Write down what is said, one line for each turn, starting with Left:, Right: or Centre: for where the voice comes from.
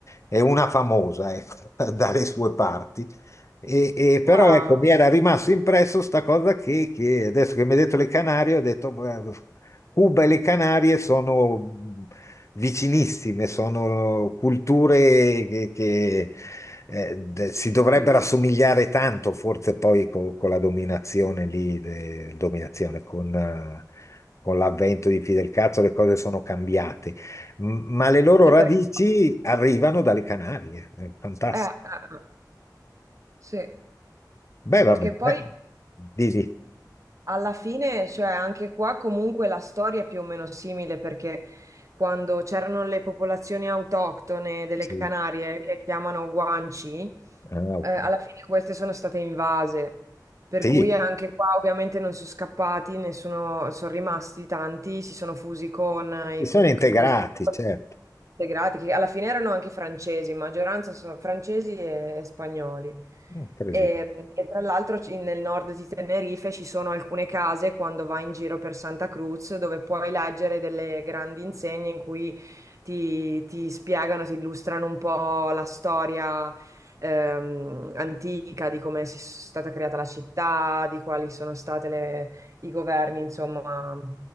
Left: è una famosa, ecco, <laughs> dalle sue parti. E, e però
Right: Wow,
Left: ecco, mi era rimasto impresso sta cosa che, che adesso che mi hai detto le Canarie, ho detto, "Beh, Cuba e le Canarie sono vicinissime, sono culture che, che, eh, de- si dovrebbero
Right: sì,
Left: assomigliare tanto, forse poi co- con, la dominazione lì, de- dominazione con, eh, con l'avvento di Fidel Cazzo le cose sono cambiate, M- ma le loro
Right: Sì,
Left: radici
Right: perché...
Left: arrivano dalle Canarie, è fantastico.
Right: eh, eh, eh, sì,
Left: Beh,
Right: perché
Left: va bene,
Right: poi...
Left: beh. Di, di-
Right: Alla fine, cioè anche qua comunque la storia è più o meno simile perché quando c'erano le popolazioni autoctone delle
Left: sì.
Right: Canarie che chiamano Guanci,
Left: Ah, ok.
Right: eh, alla fine queste sono state invase. Per
Left: Sì,
Right: cui anche qua ovviamente non sono scappati, ne sono, sono rimasti tanti, si sono fusi con i
Left: si sono
Right: conquistatori
Left: integrati, certo,
Right: integrati, che alla fine erano anche francesi, in maggioranza sono francesi e e spagnoli.
Left: incredibile.
Right: E, e tra l'altro ci- nel nord di Tenerife ci sono alcune case quando vai in giro per Santa Cruz dove puoi leggere delle grandi insegne in cui ti, ti spiegano, ti illustrano un po' la storia ehm, antica di come si è stata creata la città, di quali sono state le- i governi, insomma,